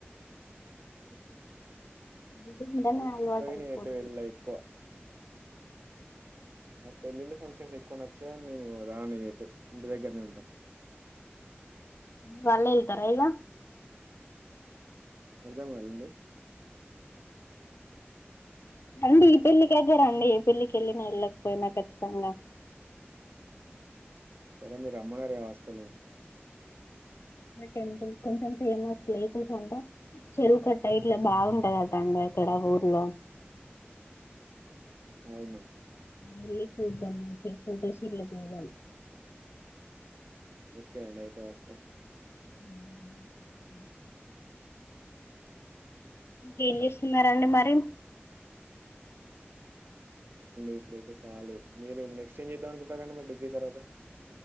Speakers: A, on the right; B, on the left.
A: ఓకే
B: ఇట్లానే అలవాటు అయిపోది
A: నేను ఎటు వెళ్ళా ఎక్కువ పెళ్లి లు ఫంక్షన్స్ ఎక్కువ నచ్చవు నేను రాను ఎటు ఇంటి దగ్గరనే ఉంటా
B: వల్లే ఎల్తారా ఇగా
A: అర్థం కాలే అండి
B: అండి ఈ పెళ్ళికి అయితే రండి ఏ పెళ్ళకి వెళ్ళినా వెళ్ళకపోయినా ఖచ్చితంగా
A: సరే మీరు రమ్మనారు గా వస్తలేండి
B: టెంపుల్ కొంచెం ఫేమస్ ప్లేసెస్ అంటా చెరువు కట్ట ఇట్లా బాగుంటదాట అండి అక్కడ ఊర్లో
A: అవును
B: వెళ్ళి చూద్దాం మంచిగా ఫోటోస్ గిట్లా దిగాలి
A: ఓకే అండి అయితే వస్తా
B: <inaudible> ఇంకేం చేస్తున్నారు అండి మరి
A: ఎప్పుడైతే కాలీ మీరు నేక్స్ట ఎం చేద్దాం అకుంటారారండి మరి డిగ్రీ తర్వత